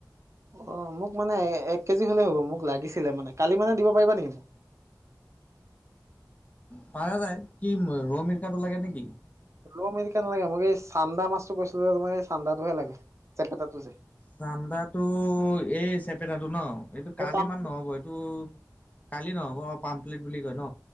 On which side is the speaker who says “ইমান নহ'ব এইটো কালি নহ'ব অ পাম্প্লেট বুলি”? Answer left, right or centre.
Left